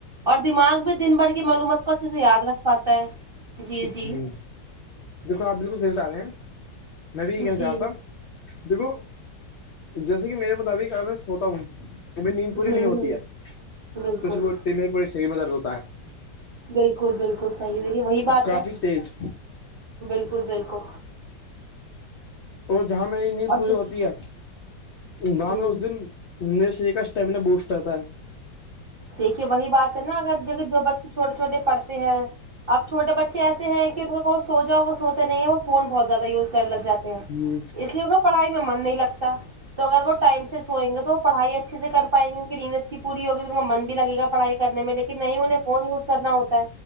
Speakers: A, on the right; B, on the left.
A: اور دماغ بھی دن بھر کی معلومات کو اچھے سے یاد رکھ پاتا ہے جی جی
B: ہ دیکھو آپ بالکل صحیح بتا رہے ہیں میں بھی ابھی کہیں
A: جی
B: جا رہا تھا دیکھو جیسے کہ میرے مطابق اگر میں سوتا ہوں وہ میری نیند
A: ہوں
B: پوری نہیں ہوتی
A: ہوں
B: ہے
A: بالکل
B: تو اس ب میرے پورے شریر میں درد ہوتا ہے
A: بالکل بالکل صحیح دیکھیے وہی بات
B: کافی
A: ہے
B: تیز
A: بالکل بالکل
B: اور جہاں میری نیند
A: اور
B: پوری
A: ج
B: ہوتی ہے وہاں
A: ہوں
B: میں اس دن <unintelligible> میرے شریر کا اسٹیمیننا بوسٹ رہتا ہے
A: دیکھیے وہی بات ہے نا اگر دیکھے جو بچے چھوٹے چھوٹے پڑھتے ہیں اب چھٹے بچے ایسے ہیں کہ ان سو جا وہ سوتے نہیں ہے وہ فون بہت زیادہ یوز کرنے لگ جاتے ہیں
B: ہ
A: <unintelligible> اس لیے ان کو پڑھائی میں من نہیں لگتا تو اگر وہ ٹائم سے سوئیں گے تو <unintelligible> پڑھائی اچھے سے کر پائیں گے ان کی نیند اچھی پوری ہوگی تو ان کا من بھی لگے گا پڑھائی کرنے میں لیکن نہیں فون یوز <unintelligible> پڑھائی کرنا ہوتا ہے